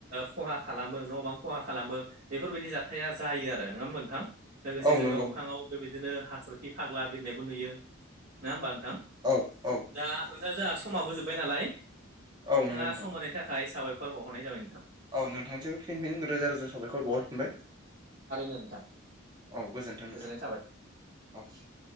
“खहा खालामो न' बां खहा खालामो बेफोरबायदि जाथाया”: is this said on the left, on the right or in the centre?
Right